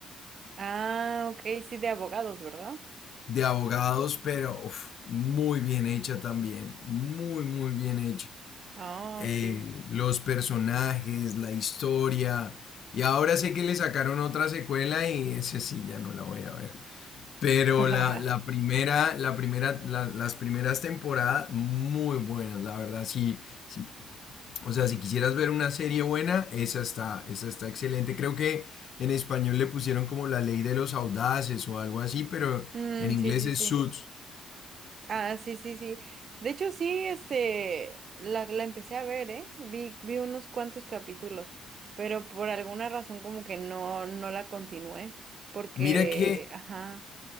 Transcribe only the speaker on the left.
de abogados, pero uf, muy bien hecha también. Muy, muy bien hecha.
Eh,
los personajes, la historia. Y ahora sé que le sacaron otra secuela y ese sí ya no la voy a ver. Pero
la, la primera, la primera, la- las primeras temporadas muy buenas, la verdad, sí, sí. O sea, si quisieras ver una serie buena, esa está, esa está excelente. Creo que en español le pusieron como la ley de los audaces o algo así, pero
en inglés
es
Suits.
Mira que